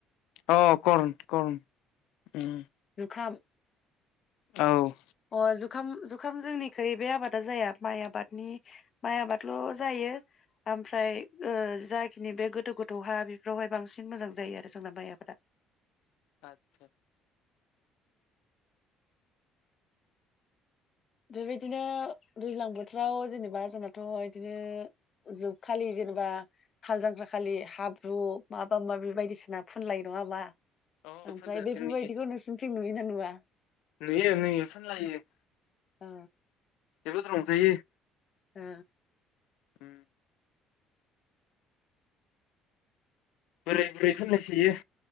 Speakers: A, on the left; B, on the left.
A: अ कर्ण कर्ण। उम।
B: खाम।
A: औ।
B: अ जुखाम जुखाम जोंनिखै बे आबादा जाया माइ आबादनि माइ आबादल' जायो ओमफ्राय ओ जाखिनि बे गोथौ गोथौ हा बेफोरावहाय बांसिन मोजां जायो आरो जोंना माइ आबादा।
A: आच्छा
B: बेबायदिनो दैज्लां बोथोराव जेनेबा जोंनाथ' इदिनो जोबखालि जेनेबा हाल जांख्रा खालि हाब्रु माबा माबि बायदिसिना फुनलायो नङा होमबा?
A: अ
B: ओमफ्राय
A: फोनो
B: बेफोरबायदिखौ
A: जोंनिखि
B: नोंसिनिथिं नुयो ना नुवा?
A: नुयो नुयो फुनलायो।
B: ओ
A: जोबोद रंजायो।
B: ओ
A: उम बोराइ बुरै फोनलायसोयो।